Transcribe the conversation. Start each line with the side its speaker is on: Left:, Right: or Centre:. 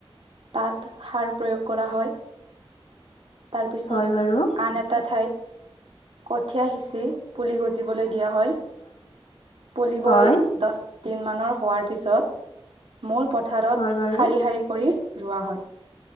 Right: তাত সাৰ প্ৰয়োগ কৰা হয়। তাৰপিছত
Left: হয় বাৰু
Right: আন এটা ঠাইত কঠীয়া সিঁচি পুলি গজিবলৈ। দিয়া হয়, পুলিবোৰ
Left: হয়
Right: দহ দিন মানৰ হোৱাৰ পিছত মূল পথাৰত
Left: হয় বাৰু
Right: শাৰী শাৰী কৰি ৰোৱা হয়।